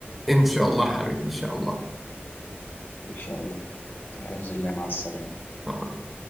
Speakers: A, in the centre; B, on the left (about 50°).
A: ان شاء الله حبيبي ان شاء الله
B: ان شاء الله في حفظ الله مع السلامة
A: شكراً.